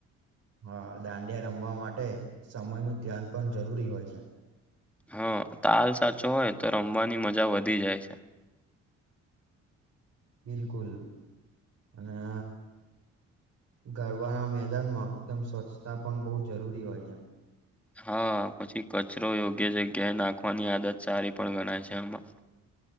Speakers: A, on the right (about 60°); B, in the centre.
A: હા દાંડિયા રમવા માટે સમય નું ધ્યાન પણ જરૂરી હોય છે.
B: હા તાલ સાચવો હોય તો રમવાની મજા વધી જાય છે.
A: બિલકુલ અને ગરબાના મેદાનમાં એકદમ સ્વચ્છતા પણ બહુ જરૂરી હોય છે.
B: હા પછી કચરો યોગ્ય જગ્યા નાખવાની આદત સારી પણ ગણાય છે આમાં